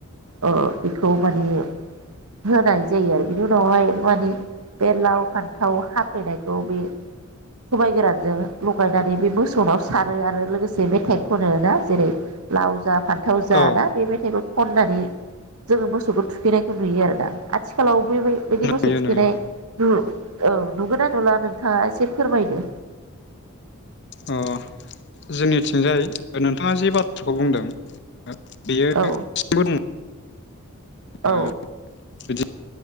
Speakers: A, on the right; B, on the left.
A: ओ बेखौ माने होनाय जायो आरो बेनि उनावहाय मानेबे लाव फान्थाव हाफैनायखौ बे सबबाय गोरानजों लगायनानै बे मोसौनाव सारो आरो लोगोसे गोसे मेथाइ खनो ना जेरै लाव जा फान्थाव जा
B: औ
A: ना बे मेथाइखौ खननानै जोङो मोसौखौ थुखैनायखौ नुयो आरोना आथिखालाव बे बिदि मोसौ
B: नुयो नुयो
A: थुखैनाय नु औ नुगोन ना अब्ला नोंथाङा एसे फोरमायदो।
B: अ जोंनिथिंजाय नोंथाङा जि बाथ्राखौ बुंदों बेयो
A: औ
B: दासिमबो दङ
A: औ।
B: ओ बिदि